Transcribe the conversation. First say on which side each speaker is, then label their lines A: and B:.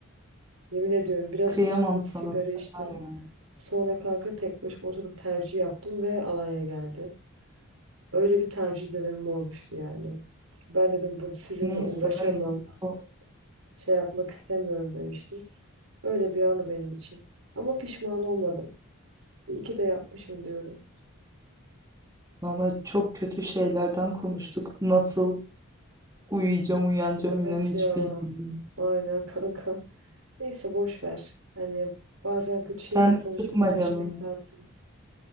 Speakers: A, on the right; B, on the right.
A: Yemin ediyorum biraz
B: Kıyamam
A: oturdum
B: sana
A: sigara
B: Seda
A: içtim.
B: ya.
A: Sonra kanka tek başıma oturup tercih yaptım ve Alanya geldi. Öyle bir tercih dönemim olmuştu yani. Ben dedim bu sizinle
B: Neyse
A: uğraşamam,
B: hayırlısı olsun.
A: şey yapmak istemiyorum demiştim. Öyle bir anı benim için. Ama pişman olmadım. İyi ki de yapmışım diyorum.
B: Valla çok kötü şeylerden konuştuk. Nasıl uyuyacağım uyanacağım
A: Evet
B: inan hiç
A: ya.
B: bilmiyorum.
A: Aynen kanka. Neyse boş ver. Hani bazen kötü
B: Sen
A: şeyi de
B: de
A: konuşup
B: sıkma
A: yüzleşmek
B: canını.
A: lazım.